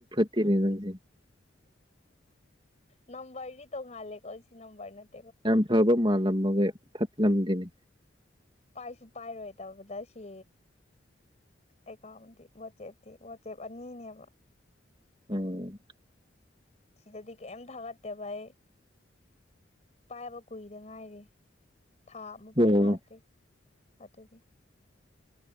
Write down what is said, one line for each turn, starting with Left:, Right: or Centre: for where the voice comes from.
Right: ꯇꯤꯔꯤꯖꯪꯁꯦ
Left: ꯅꯝꯕ꯭ꯔꯤꯁꯤꯗꯤ ꯇꯣꯡꯉꯥꯜꯂꯦꯀꯣ ꯑꯁꯤ ꯅꯝꯕ꯭ꯔꯤꯁꯤ
Right: ꯌꯥꯝ ꯐꯕ ꯃꯥꯜꯂꯝ ꯑꯃꯒꯤꯒ ꯐꯠ ꯂꯝꯒꯤꯅꯤ
Left: ꯄꯥꯏꯁꯨ ꯄꯥꯏꯔꯣꯏ ꯇꯕꯗ ꯁꯤ ꯑꯦꯀꯥꯎꯟꯗꯤ ꯋꯥꯆꯦꯞꯇꯤ ꯋꯥꯆꯦꯞ ꯑꯅꯤꯅꯦꯕ
Right: ꯎꯝ
Left: ꯁꯤꯗꯗꯤ ꯀꯩꯗꯥꯒꯠꯇꯦꯕ ꯑꯩ ꯄꯥꯏꯕ ꯀꯨꯏꯗ ꯉꯥꯏꯔꯦ ꯊꯥ ꯑꯃꯐꯥꯎ
Right: ꯑꯣ
Left: ꯐꯥꯗ꯭ꯔꯦ ꯑꯗꯨꯒꯤ